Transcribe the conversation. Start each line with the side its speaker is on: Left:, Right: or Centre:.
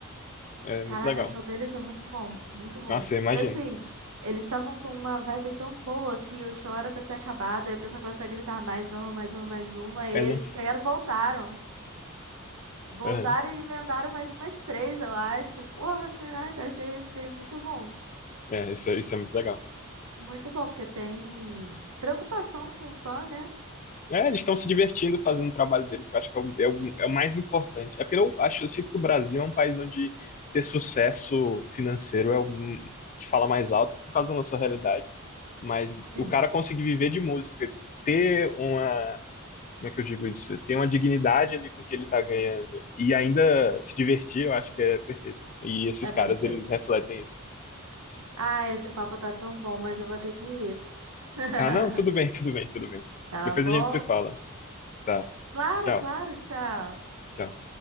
Left: é
Right: Caraca,
Left: muito legal.
Right: o show deles é muito bom, muito bom.
Left: Nossa, eu imagino.
Right: E assim, eles estavam com uma vibe tão boa que o show era pra ter acabado, aí o pessoal começou a gritar mais uma, mais uma, mais uma, e
Left: Ele
Right: eles
Left: não.
Right: pegaram e voltaram. Voltaram
Left: Aham.
Right: e emendaram mais umas três, eu acho. Porra, caraca, achei isso daí muito bom.
Left: É, isso, é- isso é muito legal.
Right: Muito bom, porque tem preocupação com o fã, né?
Left: É, eles estão se divertindo fazendo o trabalho deles, que eu acho que é o, é o- é o mais importante. É porque eu acho, eu sinto que o Brasil é um país onde ter sucesso financeiro é o que fala mais alto por causa da nossa realidade. Mas
Right: Sim,
Left: o cara conseguir viver de música, ter uma, como é que eu digo isso? Ter uma dignidade ali com o que ele tá ganhando e ainda se divertir, eu acho que é perfeito. E esses
Right: é
Left: caras,
Right: perfeito.
Left: eles refletem isso.
Right: Ah, esse papo tá tão bom, mas eu vou ter que ir. <laughs>
Left: Ah, não, tudo bem, <laughs> tudo bem, tudo bem.
Right: Tá
Left: Depois
Right: bom?
Left: a gente se fala. Tá,
Right: Claro,
Left: tchau,
Right: claro, tchau.
Left: tchau.